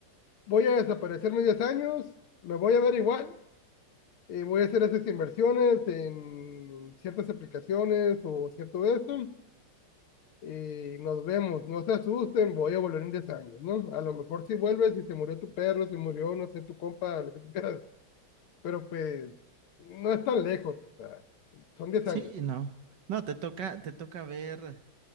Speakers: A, on the left; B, on the right.
A: voy a desaparecerme 10 años, me voy a ver igual y voy a hacer esas inversiones en ciertas aplicaciones o cierto esto y nos vemos. No se asusten, voy a volver en 10 años, ¿no? A lo mejor si vuelves y se murió tu perro, se murió, no sé, tu compa, lo que tú quieras, pero pues no es tan lejos, o sea, son diez
B: Sí,
A: años,
B: no. No, te toca, te toca ver.